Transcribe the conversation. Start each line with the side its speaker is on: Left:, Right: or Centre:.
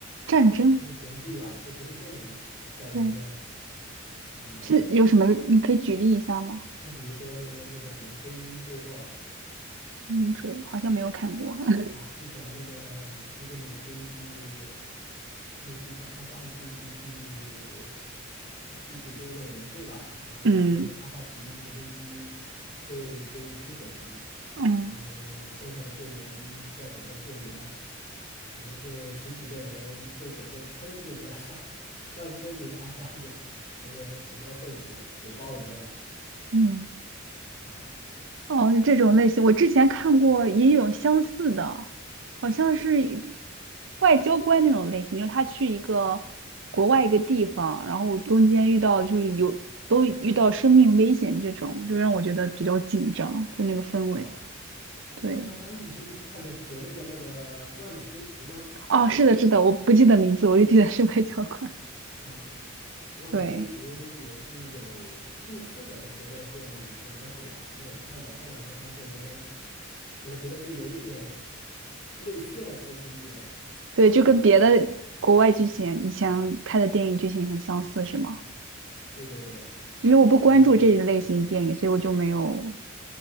Right: 战争。
Left: 神剧啊，就不是这种的战争片。
Right: 对。
Left: 嗯、
Right: 是有什么？你可以举例一下吗？
Left: 那比如说呃那个什么《黑鹰坠落》
Right: 名字好像没有看过。<laughs>
Left: 啊，是讲那个一个美军去，类似于说阿富汗地区去去解救一个人质吧，然后他们的一个阿帕奇直升机
Right: 嗯，
Left: 被被击毁了，
Right: 嗯
Left: 然后剩下的队员在等待救援。可能就十几个人被整个村子的上 <laughs> 上千名的阿富汗的那些武装分子给包围了
Right: 嗯，
Left: 啊
Right: 哦，是这种类型。我之前看过也有相似的，好像是一外交官那种类型，就是他去一个国外一个地方，然后中间遇到就是有都遇到生命危险这种，就让我觉得比较紧张，就那个氛围。
Left: 哦，
Right: 对，
Left: 外交官，你是看的国内的那个《万里归途》吗？
Right: 哦，是的，是的，我不记得名字，我就记得是外交官。
Left: 啊，
Right: <laughs>
Left: 《万里归途》也是有类似的，
Right: 对。
Left: 在国外这样的影片，当时我好像我看到，后来我才发现，原来我觉得这有一点类似了这个情节
Right: 对，就跟别的国外剧情以前拍的电影剧情很相似，
Left: 啊，
Right: 是吗？
Left: 对对对。
Right: 因为我不关注这一类型电影，
Left: 嗯
Right: 所以我就没有